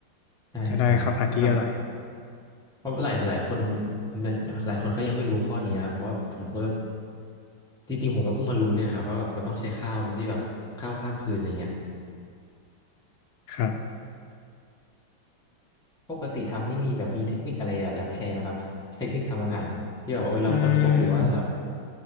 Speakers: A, in the centre; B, on the left.
A: ใช่ใช่ครับแบบ
B: จะได้ข้าวผัดที่อร่อย
A: เพราะหลายหลายคนมันหลายคนเขายังไม่รู้ข้อนี้ครับเพราะว่าผมก็จริงๆผมก็เพิ่งมารู้เนี่ยนะครับว่าแบบมันต้องใช้ข้าวที่แบบข้าวข้ามคืนอะไรเงี้ย
B: ครับ
A: ปกติทำนี่มีแบบมีเทคนิคอะไรแบบอยากแชร์ไหมครับเทคนิคทำอาหารที่แบบโอ้ยเราค้นพบหรือว่าแบบ
B: อืม